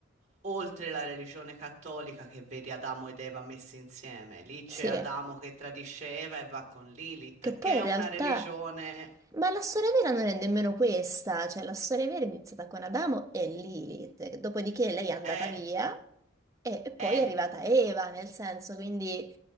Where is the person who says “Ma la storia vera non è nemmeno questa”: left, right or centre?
Right